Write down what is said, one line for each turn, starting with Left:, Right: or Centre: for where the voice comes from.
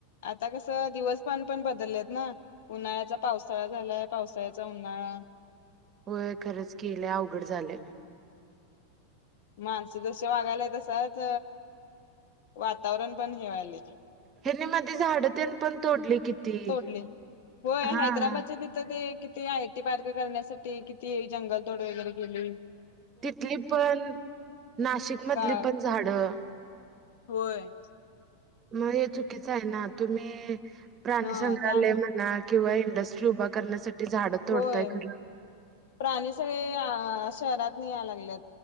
Left: आता कसं दिवस पाान पण बदललेत ना उन्हाळ्याचा पावसाळा झालाय पावसाळ्याचा उन्हाळा
Right: होय खरंच केले अवघड झाले
Left: माणसं जसे वागायलाय तसाच वातावरण पण हेवायलाय
Right: हनी मध्ये झाड तेन पण तोडली किती
Left: तोडले होय
Right: हा
Left: हैदराबादच्या तिथं ते ि आय आयटी पार्क करण्यासाठी किती जंगल तोड वगैरे गेली
Right: तिथली पण नाशिक मधली
Left: गा
Right: पण झाडं
Left: होय.
Right: मग हे चुकीचं आहे ना. तुम्ही प्राणी
Left: हा
Right: संग्रहालय
Left: त्यामुळे
Right: म्हणलात. किंवा इंडस्ट्री उभा करण्यासाठी झाडं तोडतायत
Left: होय प्राणी सगळे शहरातनी याय लागलेत.